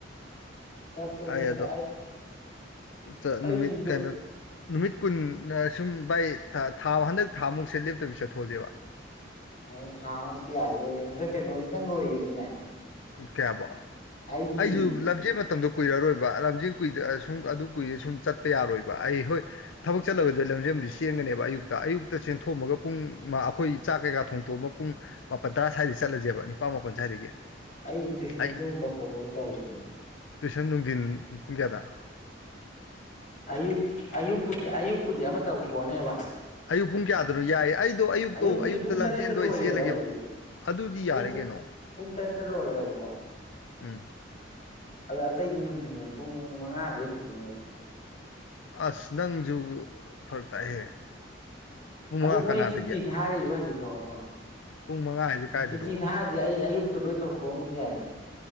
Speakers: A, on the left; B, on the left.
A: ꯆꯠꯁꯦ ꯆꯠꯁꯦ
B: ꯑꯩ ꯑꯗꯣ ꯆꯥ
A: ꯑꯩꯁꯨ
B: ꯅꯨꯃꯤꯠ ꯀꯩꯅꫭ꯫ ꯅꯨꯃꯤꯠ ꯀꯨꯟ ꯁꯨꯝ ꯕꯥꯏ ꯊꯥ ꯍꯟꯗꯛ ꯊꯥꯃꯨꯛꯁꯦ ꯂꯦꯞꯇꯁꯤ ꯆꯠꯊꯣꯛꯑꯁꯦꯕ
A: ꯑꯣ ꯊꯥꯃꯨꯛꯇꯤ ꯌꯥꯒꯤꯔꯣꯏ ꯍꯟꯗꯛ ꯀꯩꯅꯣꯁꯤꯇꯪ ꯂꯣꯏꯒꯤꯁꯤꯅꯦ꯫
B: ꯀꯌꯥꯕꯣ
A: ꯑꯩꯒꯤ
B: ꯑꯩꯁꯨ ꯂꯝꯖꯦꯜ ꯃꯇꯝꯗꯣ ꯀꯨꯏꯔꯔꯣꯏꯕ ꯂꯝꯖꯤꯡ ꯀꯨꯏꯗ ꯁꯨꯝ ꯑꯗꯨ ꯀꯨꯏꯗꯦ ꯁꯨꯝ ꯆꯠꯄ ꯌꯥꯔꯣꯏꯕ ꯑꯩ ꯍꯣꯏ꯫ ꯊꯕꯛ ꯆꯠꯂꯔꫭꯏꯗ ꯂꯝꯖꯦꯟꯕꯨꯗꯤ ꯆꯦꯟꯒꯅꯦꯕ ꯑꯌꯨꯛꯇ ꯑꯌꯨꯛꯇ ꯆꯦꯟꯊꯣꯛꯑꯝꯃꯒ ꯄꯨꯡ ꯃꯥ ꯑꯩꯈꯣꯏ ꯆꯥꯛ ꯀꯩꯀꯥ ꯊꯣꯡꯇꯣꯛꯑꯃ ꯄꯨꯡ ꯃꯥꯄꯜ ꯇꯔꯥ ꯁ꯭ꯋꯥꯏꯗꯒꯤ ꯆꯠꯂꯁꯦꯕ ꯅꯤꯄꯥꯟ ꯃꯥꯄꯟ ꯁ꯭ꯋꯥꯏꯗꯒꯤ꯫
A: ꯑꯩ ꯇꯨꯏꯁꯟꯁꯨ
B: ꯑꯩ
A: ꯇꯧꯈꯜꯂꯥꯛꯑꯦ ꯇꯧꯔꯤꯅꯦ꯫
B: ꯇꯨꯏꯁꯟ ꯅꯨꯡꯊꯤꯟ ꯄꯨꯡ ꯀꯌꯥꯗ
A: ꯑꯌꯨꯛ ꯑꯌꯨꯛꯄꯨꯗꯤ ꯑꯌꯨꯛꯄꯨꯗꯤ ꯑꯃ ꯇꯧꯊꯣꯛꯑꯅꯦꯕ꯫
B: ꯑꯌꯨꯛ ꯄꯨꯡ ꯀꯌꯥꯗꯅꯣ ꯌꯥꯏꯌꯦ ꯑꯩꯗꯣ ꯑꯌꯨꯛꯇꯣ
A: ꯑꯌꯨꯛꯄꯨꯗꯤ
B: ꯑꯌꯨꯛꯇ
A: ꯄꯨꯡ ꯇꯔꯦꯠꯇ
B: ꯂꯝꯖꯦꯟꯗꯣ
A: ꯂꯣꯏꯔꯦꯕ
B: ꯑꯩ ꯆꯦꯜꯂꯒꯦꯕ꯫
A: ꯑꯩꯗꯤ
B: ꯑꯗꯨꯗꯤ
A: ꯄꯨꯡ
B: ꯌꯥꯔꯦ
A: ꯇ
B: ꯀꯩꯅꯣ
A: ꯄꯨꯡ ꯇ꯭ꯔꯦꯠꯇ ꯂꯣꯏꯔꯦꯕꯀꯣ꯫
B: ꯎꯝ‌꯫
A: ꯑꯗꫭ ꯑꯇꯩꯗꯤ ꯅꯨꯡꯊꯤꯟꯅꯦꯕ ꯄꯨꯡ ꯃꯉꯥꯗꯥꯏ ꯍꯧꯗꯣꯏꯅꯦꯕ
B: ꯑꯁ ꯅꯪꯁꯨ ꯐꯔꯥꯛ ꯇꯥꯏꯍꯦ꯫ ꯄꯨꯡ
A: ꯑꯗꯨ
B: ꯃꯉꯥ
A: ꯃꯣꯏ
B: ꯀꯅꯥꯗꯒꯤ
A: ꯁꯨꯇꯤ ꯊꯥꯔꯤꯕ ꯍꯧꯖꯤꯛ ꯐꯥꯎꯕ
B: ꯄꯨꯡ ꯃꯉꯥ ꯍꯥꯏꯁꯦ ꯀꯥꯏꯗꯅꯣꯕ
A: ꯁꯨꯇꯤ ꯊꯥ ꯗꯤ ꯑꯩ ꯑꯌꯨꯛꯇ ꯂꯣꯏ ꯇꯧꯊꯣꯛꯑꯝꯃꯗꯤ ꯌꯥꯏꯗꯅ